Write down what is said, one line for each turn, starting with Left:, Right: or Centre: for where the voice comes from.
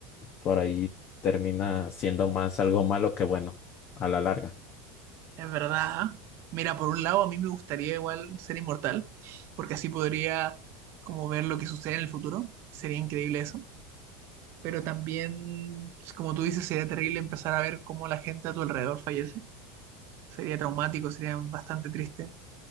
Left: por ahí termina siendo más algo malo que bueno, a la larga.
Right: Es verdad. Mira, por un lado, a mí me gustaría igual ser inmortal, porque así podría como ver lo que sucede en el futuro. Sería increíble eso. pero también, pues, como tú dices, sería terrible empezar a ver cómo la gente a tu alrededor fallece. Sería traumático, sería bastante triste.